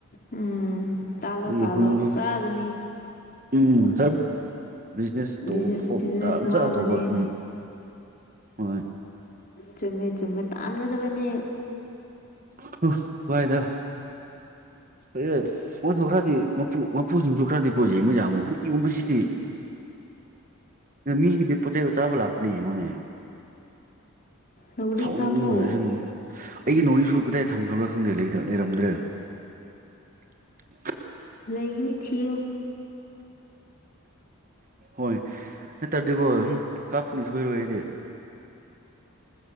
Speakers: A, on the left; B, on the right.
A: ꯎꯝ ꯇꯥꯜꯂꯣ
B: ꯑꯦ
A: ꯇꯥꯜꯂꯣ
B: ꯍꯨꯟ ꯍꯨꯟ
A: ꯆꯥꯒꯅꯤ
B: ꯎꯝ <unintelligible> ꯖꯦꯁ ꯇꯧꯕ
A: ꯕꯤꯖꯤꯅꯦꯁ
B: ꯐꯣꯔꯝ ꯇꯥ ꯃꯆꯥ
A: ꯃꯥꯡꯒꯅꯤ
B: ꯇꯧꯕ ꯎꯝ ꯍꯣꯏ
A: ꯆꯨꯝꯃꯦ ꯆꯨꯝꯃꯦ ꯇꯥꯟꯒꯗꯕꯅꯦ
B: <unintelligible> ꯋꯥꯏꯗꯥ <unintelligible> ꯄꯣꯠꯁꯨ ꯈꯔꯗꯤ ꯃꯥꯄꯨ ꯃꯄꯨꯁꯤꯡꯁꯨ ꯈꯔꯗꯤꯀꯣ ꯌꯦꯡꯕ ꯌꯥꯕꯅꯤ ꯍꯨꯏꯒꯨꯝꯕꯁꯤꯗꯤ ꯅꯥ ꯃꯤꯒꯤꯗꯤ ꯄꯣꯠ ꯆꯩꯗꯣ ꯆꯥꯕ ꯂꯥꯛꯄꯅꯤ ꯌꯦꯡꯉꯨꯅꯦ
A: ꯅꯥꯎꯔꯤ
B: ꯁꯥꯎꯅꯤꯡꯕ
A: ꯀꯥꯞꯄꯣ
B: ꯂꯣꯏꯔꯦꯁꯦ ꯉꯣ ꯑꯩꯒꯤ ꯅꯣꯔꯤꯁꯨ ꯀꯗꯥꯏ ꯊꯝꯈ꯭ꯔꯥꯕ꯭ꯔꯥ ꯈꯪꯗꯦ ꯂꯩꯇꯥ ꯂꯩꯔꯝꯗ꯭ꯔꯦ <inaudible>
A: ꯂꯩꯒꯤꯅꯤ ꯊꯤꯌꯨ
B: ꯍꯣꯏ ꯅꯠꯇ꯭ꯔꯥꯗꯤꯀꯣ ꯑꯗꯨꯝ ꯀꯥꯞꯄꯅꯤ ꯁꯣꯏꯔꯣꯏ ꯑꯩꯗꯤ